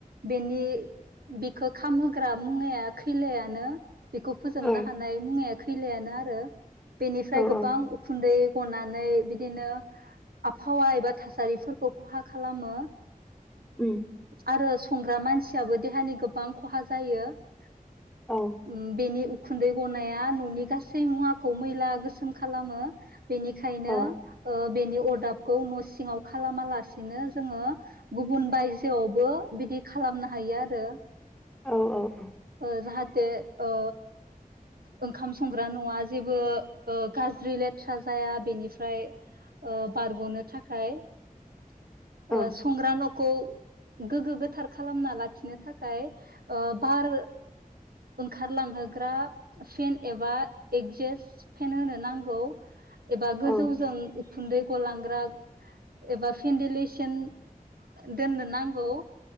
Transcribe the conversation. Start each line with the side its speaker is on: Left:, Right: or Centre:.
Right: बेनि बिखौ खामहोग्रा मुङाया खैलायानो बेखौ फोजोंनो
Centre: औ
Right: हानाय मुङाया खैलायानो आरो बेनिफ्राय
Centre: औ
Right: गोबां
Centre: औ
Right: उखुन्दै गनानै बिदिनो आबहावा एबा थासारिफोरखौ खहा खालामो
Centre: उम
Right: आरो संग्रा मानसियाबो देहानि गोबां खहा जायो ओम
Centre: औ
Right: बेनि उखुन्दै गनाया न'नि गासै मुवाखौ मैला गोसोम खालामो बेनिखायनो
Centre: औ
Right: ओ बेनि अरदाबखौ न' सिङाव खालामा लासि बिदिनो जोङो गुबुन बायजोआवबो बिदि खालामनो हायो आरो।
Centre: औ औ औ
Right: ओ जाहाथे ओ ओंखाम संग्रा न'आ जेबो ओ गाज्रि लेथ्रा जाया बेनिफ्राय ओ बारग'नो थाखाय ओ
Centre: औ
Right: संग्रा न'खौ गोग्गो गोथार खालामना लाखिनो ओ थाखाय बार ओंखारलांहोग्रा फेन एबा एगजेस फेन होनो नांगौ एबा गोजौजों
Centre: औ
Right: उखुन्दै गलांग्रा एबा फिन्दिलेसन दोननो नांगौ